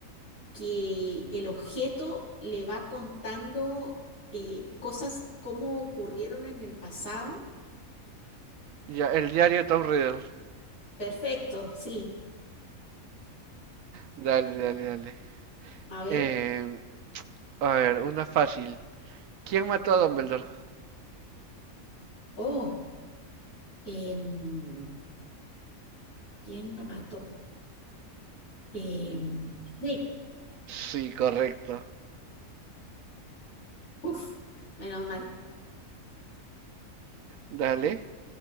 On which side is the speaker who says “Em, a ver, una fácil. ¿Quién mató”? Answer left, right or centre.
Right